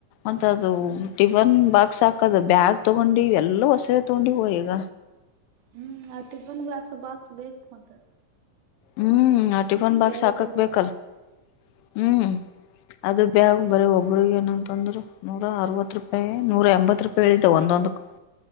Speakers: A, on the left (about 85°); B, on the right (about 70°).
A: ಅಂಥಾ. ಅದು
B: ಹ್ಮ್
A: ಟಿಫನ್ ಬಾಕ್ಸ್ ಹಾಕದು ಬ್ಯಾಗ್ ತೊಗೊಂಡಿವ ಎಲ್ಲ ಹೊಸದು ತಗೊಂದಿವಿ ಈಗ.
B: ಹ್ಮ್ ಆ ಟಿಫನ್ ಬಾಕ್ಸ ಬಾಕ್ಸ್ ಬೇಕು ಮತ್ತ.
A: ಹ್ಮ್
B: ಹೌದು
A: ಆ ಟಿಫನ್ ಬಾಕ್ಸ್
B: ಕ್ಯಾರಿ
A: ಹಾಕಾಕೆ
B: ಬ್ಯಾಗ್
A: ಬೇಕಲ್ಲ. ಹ್ಮ್ ಅದು ಬ. ಬರೇ ಒಬ್ಬ್ರಗ ಏನಂತಂದ್ರರು ನೂರ ಅರವತ್ ರೂಪಾಯಿ ನೂರ ಎಂಬತ್ ರೂಪಾಯಿ ಹೇಳಿದೆ ಒಂದೊಂದಕ್. ಹಾ.